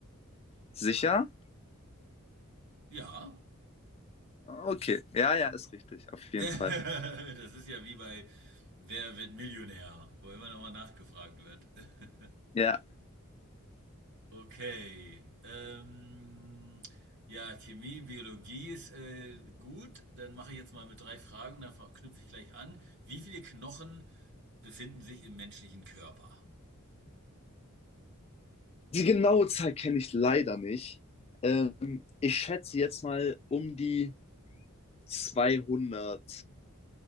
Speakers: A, on the left; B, on the right.
A: Sicher?
B: Ja,
A: Okay. Ja, ja, ist richtig.
B: <laughs>
A: Auf jeden
B: das
A: Fall.
B: ist ja wie bei Wer wird Millionär, wo immer nochmal nachgefragt wird. <laughs>
A: Ja.
B: Okay. Ähm, ja, Chemie, Biologie ist äh, gut. Dann mache ich jetzt mal mit drei Fragen, dann knüpfe ich gleich an. Wie viele Knochen befinden sich im menschlichen Körper?
A: Die genaue Zahl kenne ich leider nicht. Ähm, ich schätze jetzt mal um die 200.